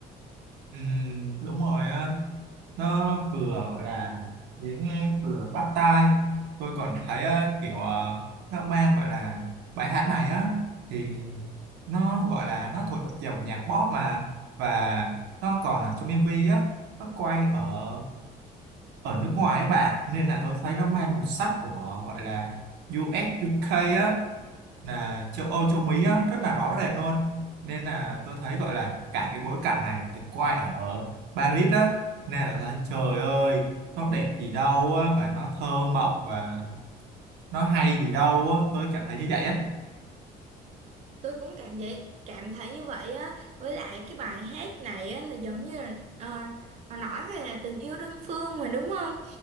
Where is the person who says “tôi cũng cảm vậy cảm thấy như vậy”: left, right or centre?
Right